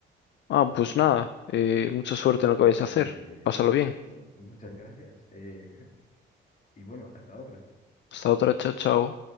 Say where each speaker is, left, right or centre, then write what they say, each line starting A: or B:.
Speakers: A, on the left; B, on the left.
A: Ah, pues nada. eh, mucha suerte en lo que vais a hacer.
B: Eh,
A: Pásalo bien.
B: sí, bueno, muchas gracias. Eh, <laughs> y bueno, hasta otra.
A: Hasta otra, chao, chao.